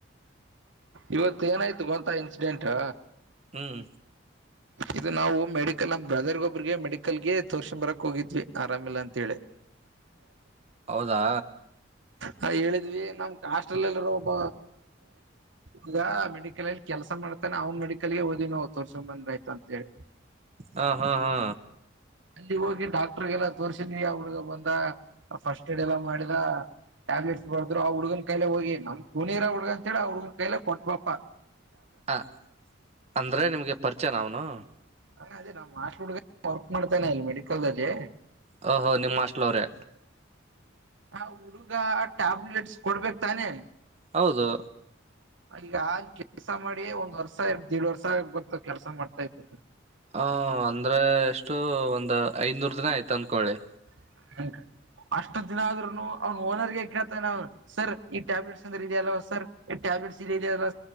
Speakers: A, on the right; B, on the right.
A: ಇವತ್ ಏನಾಯ್ತು ಗೊತ್ತಾ ಇನ್ಸಿಡೆಂಟು.
B: ಹ್ಮ್
A: ಇದು ನಾವು ಮೆಡಿಕಲ್ ನಮ್ಮ ಬ್ರದರ್ ಒಬ್ರಗೆ ಮೆಡಿಕಲ್ಗೆ ತೋರ್ಸ ಬರಕ್ ಹೋಗಿದ್ವಿ ಆರಾಮಿಲ್ಲ ಅಂತ ಹೇಳಿ. <inaudible>
B: ಹೌದಾ
A: ಹ ಹೇಳಿದ್ವಿ ನಮ್ಮ ಕ್ಯಾಸ್ಟ್ರೋ ಲಾಲ್ ಇರೋ ಒಬ್ಬ. ಈಗ ಮೆಡಿಕಲ್ ಅಲ್ಲಿ ಕೆಲಸ ಮಾಡ್ತಾನೆ ಅವ್ನ್ ಮೆಡಿಕಲ್ ಗೆ ಹೋದಿವಿ ನಾವು ತೋರ್ಸ ಬಂದ್ರ ಆಯ್ತು ಅಂತ್ ಹೇಳಿ.
B: ಹ ಹಾ ಹಾ
A: ಅಲ್ಲಿ ಹೋಗಿ ಡಾಕ್ಟರ್ಗೆಲ್ಲ ತೋರ್ಸಿನಿ ಅವ್ರಗ ಬಂದ ಫಸ್ಟ್ ಏಡ್ ಎಲ್ಲಾ ಮಾಡಿದ. ಟ್ಯಾಬ್ಲೆಟ್ಸ್ ಬರ್ದ್ರು ಆ ಹುಗನ್ ಕೈಲೆ ಹೋಗಿ ನಮ್ ಕುಣಿ ಹುಡ್ಗ ಅಂತ ಹೇಳಿ ಹುಡ್ಗನ್ ಕೈಲೆ ಕೊಟ್ವಪ.
B: ಹ ಅಂದ್ರೆ ನಿಮ್ಗೆ ಪರಿಚಯನ ಅವ್ನು.
A: ಹ ಅಣ್ಣ ಅದೇ ನಮ್ಮ ಹಾಸ್ಟಲ್ ಹುಡ್ಗ ವರ್ಕ್ ಮಾಡ್ತನೆ ಇಲ್ಲಿ ಮೆಡಿಕಲಲ್ಲಿ.
B: ಹೋ ಹೋ ನಿಮ್ಮ ಹಾಸ್ಟಲ್ ಅವ್ರೆ
A: ಹ ಹುಡ್ಗ ಟ್ಯಾಬ್ಲೆಟ್ಸ್ ಕೊಡ್ಬೇಕ್ ತಾನೆ.
B: ಹೌದು
A: ಈಗ ಆ ಕೆಲ್ಸ ಮಾಡಿ ಒಂದ್ ವರ್ಷ <unintelligible> ವರ್ಷ ಆಗಕ್ಬಂತು ಕೆಲ್ಸ ಮಾಡ್ತಾ ಇದ್
B: ಹ ಅಂದ್ರೆ ಎಷ್ಟು ಒಂದ್ ಐನೂರ್ ದಿನ ಆಯ್ತು ಅನ್ಕೊಳ್ಳಿ.
A: <unintelligible> ಅಷ್ಟು ದಿನ ಆದ್ರೂನು ಅವ್ನ ಓನರ್ ಗೆ ಕೇಳ್ತಾನೆ ಅವನ್ ಸರ್ ಈ ಟ್ಯಾಬ್ಲೆಟ್ಸ್ಬಂದ್ರೆ ಇದೆಯಲ್ವ ಸರ್ ಈ ಟ್ಯಾಬ್ ಟ್ಯಾಬ್ಲೆಟ್ಸ್ ಇಲ್ಲಿದೆ ಅಲ್ವ